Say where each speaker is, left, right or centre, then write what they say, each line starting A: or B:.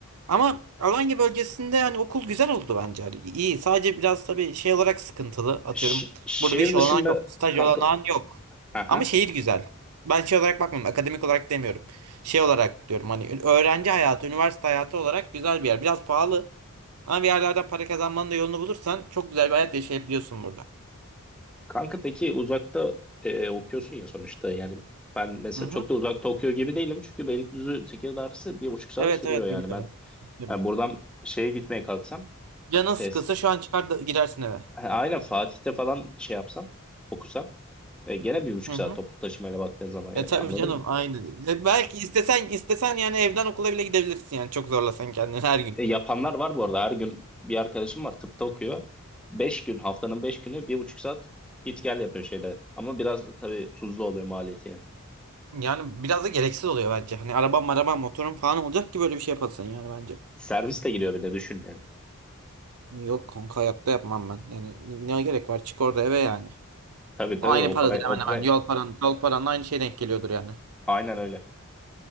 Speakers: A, on the right; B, in the centre.
A: Ama Alanya bölgesinde hani okul güzel oldu bence. Hani iyi. Sadece biraz tabii şey olarak sıkıntılı. Atıyorum
B: Ş- şehir
A: burada bir iş
B: dışında
A: olanağı yok. Staj
B: kanka
A: olanağın yok.
B: aha
A: Ama şehir güzel. Ben şey olarak bakmıyorum. Akademik olarak demiyorum. Şey olarak diyorum hani ün- öğrenci hayatı, üniversite hayatı olarak güzel bir yer. Biraz pahalı. Ama bir yerlerden para kazanmanın da yolunu bulursan çok güzel bir hayat yaşayabiliyorsun burada.
B: kanka peki uzakta e, okuyorsun ya sonuçta yani ben mesela
A: Hı hı.
B: çok da uzakta okuyor gibi değilim çünkü Beylikdüzü Tekirdağ arası bir buçuk saat
A: Evet
B: sürüyor
A: evet
B: yani
A: biliyorum.
B: ben
A: Biliyorum.
B: yani buradan şeye gitmeye kalksam
A: Canın
B: Fes
A: sıkılsa şu an çıkar da gidersin eve.
B: ha, aynen Fatih'te falan şey yapsam okusam e, gene bir buçuk
A: Hı
B: saat
A: hı.
B: toplu taşımayla baktığın zaman yani
A: E tabii
B: anladın
A: canım
B: mı?
A: aynen. E, belki istesen istesen yani evden okula bile gidebilirsin yani çok zorlasan kendini her gün.
B: E, yapanlar var bu arada. Her gün bir arkadaşım var tıpta okuyor. 5 gün haftanın 5 günü bir buçuk saat git gel yapıyor şeyde. Ama biraz tabii tuzlu oluyor maliyeti yani.
A: Yani biraz da gereksiz oluyor bence. Hani arabam arabam motorum falan olacak ki böyle bir şey yapasın yani bence.
B: Servis de giriyor bir de düşün yani.
A: Yok kanka hayatta yapmam ben. Yani ne gerek var çık orada eve yani.
B: Tabii tabii
A: Aynı
B: o
A: paradır
B: para
A: hemen
B: o para
A: hemen yol paran yol paranla aynı şey denk geliyordur yani.
B: aynen öyle.